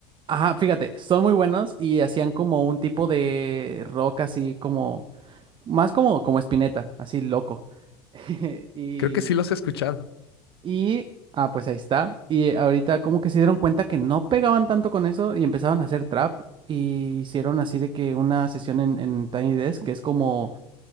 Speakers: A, on the right (about 40°); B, on the left (about 80°).
A: ajá, fíjate, son muy buenos y hacían como un tipo de rock así como, más como, como Spinetta, así loco. <laughs> Y,
B: Creo que sí los he escuchado.
A: y, ah, pues ahí está. Y ahorita como que se dieron cuenta que no pegaban tanto con eso y empezaron a hacer trap. Y hicieron así de que una sesión en, en Tiny Desk, que es como